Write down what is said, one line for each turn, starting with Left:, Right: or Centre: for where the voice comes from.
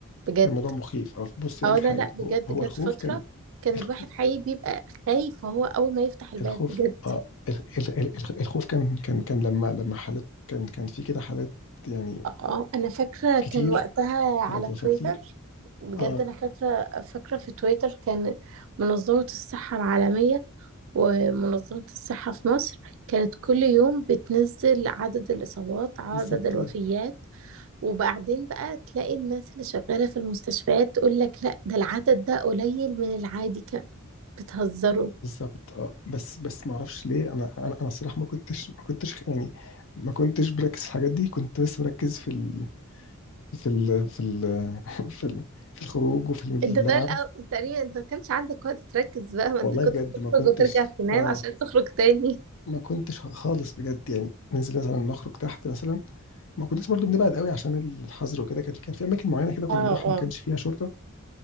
Right: بجد
Left: كان موضوع مخيف اه بصي
Right: اه
Left: اقول لك
Right: لا
Left: حاجه
Right: لا بجد
Left: هو هو
Right: جت
Left: الخوف
Right: فتره
Left: كان
Right: كان
Left: الخ-
Right: الواحد حقيقي بيبقى خايف وهو اول ما يفتح الباب
Left: الخوف
Right: بجد
Left: اه ال- ال- ال- الخ- الخوف كان كان كان لما لما حالات كان كان في كده حالات يعني
Right: اه انا فاكره
Left: كتير
Right: كان وقتها على
Left: حالات وفاه
Right: تويتر
Left: كتير
Right: بجد
Left: اه
Right: انا فاكره فاكره في تويتر كان منظمه الصحه العالميه ومنظمه الصحه في مصر كانت كل يوم بتنزل عدد الاصابات عدد
Left: بالظبط
Right: الوفيات وبعدين بقى تلاقي الناس اللي شغاله في المستشفيات تقول لك لا ده العدد ده قليل من العادي كان بتهزروا
Left: بالظبط اه بس بس ما اعرفش ليه انا انا انا الصراحه ما كنتش ما كنتش يعني ما كنتش بركز في الحاجات دي كنت بس مركز في ال في ال في ال <laughs> في, ال في الخروج وفي اللعب
Right: انت ده الأول تقريبا انت ما كانش عندك وقت تركز بقى ما
Left: والله
Right: انت كنت
Left: بجد
Right: بتخرج
Left: ما كنتش
Right: وترجع تنام
Left: اه
Right: عشان تخرج تاني
Left: ما كنتش خالص بجد يعني ننزل مثلا نخرج تحت مثلا ما كنتش برضو بنبعد قوي عشان الحظر وكده كان في كان في اماكن معينه كده كنا
Right: اه
Left: بنروحها
Right: اه
Left: ما كانش فيها شرطه